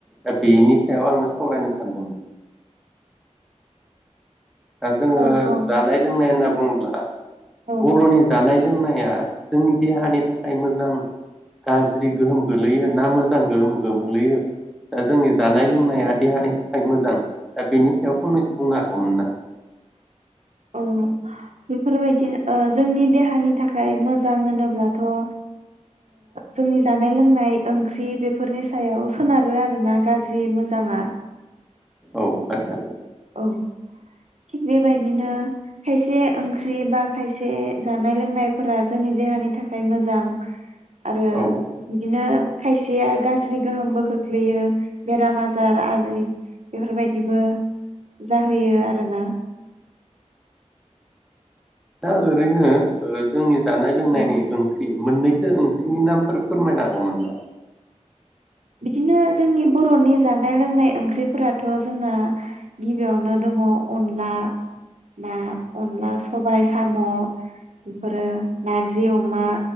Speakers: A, in the centre; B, on the right.
A: दा बेनि सायाव आङो सावरायनो सानदों दा जोङो
B: औ औ
A: जानाय लोंनाय होनना बुंङोब्ला
B: औ
A: बर'नि जानाय लोंनाया जोंनि देहानि थाखाय मोजां गाज्रि गोहोम गोग्लैयो ना मोजां गोहोम गोग्लैयो दा जोंनि जानाय लोंनाया देहानि थाखाय मोजां दा बेनि सायाव फंनैसो बुंनो हागोमोन ना
B: औ बेफोरबायदिनो ओ जोंनि देहानि थाखाय मोजां होनोब्लाथ' ओ जोंनि जानाय लोंनाय ओंख्रि बेफोरनि सायाव सोनारो आरोना गा जि मोजांङा
A: औ आतसा
B: औ थिग बेबायदिनो खायसे ओंख्रि बा खायसे जानाय लोंनायफोरा जोंनि देहानि थाखाय मोजां। आरो
A: औ
B: बिदिनो खायसेया गाज्रि गोहोमबो खोख्लैयो बेराम आजार आरि बेफोरबायदि बो जाहैयो आरो ना
A: दा ओरैनो ओ जोंनि जानाय लोंनायनि
B: औ
A: ओंख्रि मोननैसो ओंख्रिनि नामफोर फोरमायनो हागोमोन ना
B: बिदिनो जोंनि बर'नि जानाय लोंनाय ओंख्रिफोराथ' जोंना गिबियावनो दंङ' अनला ना अनला सबाय साम' बेफोरो नारजि अमा